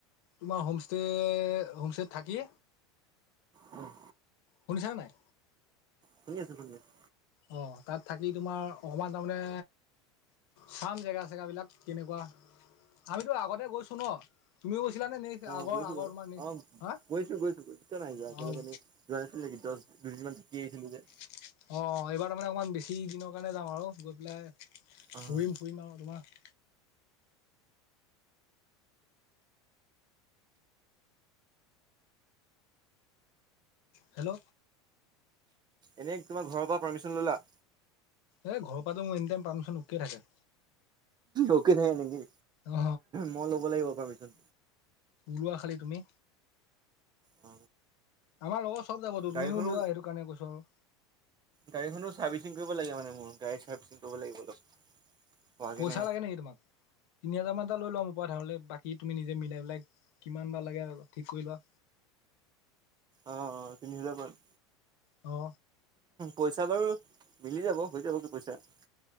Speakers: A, on the left; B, on the right.
A: তোমাৰ হোমষ্টে হোমষ্টেত থাকি।
B: উম।
A: শুনিছানে নাই।
B: শুনি আছোঁ শুনি আছোঁ।
A: অ তাত থাকি তোমাৰ অকণমান তাৰমানে। চাম জেগা চেগা বিলাক কেনেকুৱা আমিতো আগতে গৈছোঁ ন তুমিও। গৈছিলানে নে
B: অ
A: আগৰ
B: গৈছোঁ
A: আগৰ
B: বাৰু
A: তোমাৰ নে
B: অ
A: হা
B: গৈছোঁ গৈছোঁ কিয় নাই যোৱা একেলগ
A: অঁ
B: যোৱা নাছিলোঁ নেকি। দুই দিনমান থাকি আহিছিলোঁ যে।
A: হয়। অঁ এইবাৰ তাৰমানে অকণমান বেছি দিনৰ কাৰণে যাম, আৰু গৈ পেলাই
B: অ',
A: ঘূৰিম ফুৰিম আৰু তোমাৰ। হেল্ল'।
B: এনেই তোমাৰ ঘৰৰ পৰা পাৰ্মিশন ললা।
A: এ ঘৰৰ পৰা মোৰ এনি টাইম পাৰ্মিশন উকে থাকে।
B: উকে থাকে নেকি
A: অ
B: মই ল'ব লাগিব পাৰ্মিচন।
A: ওলোৱা খালি তুমি।
B: অ
A: আমাৰ লগত চব যাবতো
B: গাড়ীখনো
A: তুমিও লোৱা সেইটো কাৰণে কৈছোঁ আৰু।
B: গাড়ীখনো চাৰ্ভিচিং কৰিব লাগে মানে মোৰ গাড়ী চাৰ্ভিচিং কৰিব লাগিব অলপ। হোৱা
A: পইচা
B: কেনে
A: লাগে নেকি তোমাক তিনি হাজাৰ মান এটা লৈ লোৱা মোৰ। কোৱা নহ'লে বাকী তুমি নিজে মিলাই পেলাই কিমান বা লাগে ঠিক কৰি লোৱা।
B: অ অ তিনি হাজাৰ মান।
A: অ।
B: পইচা বাৰু মিলি যাব হৈ যাব কি পইচা। <unintelligible>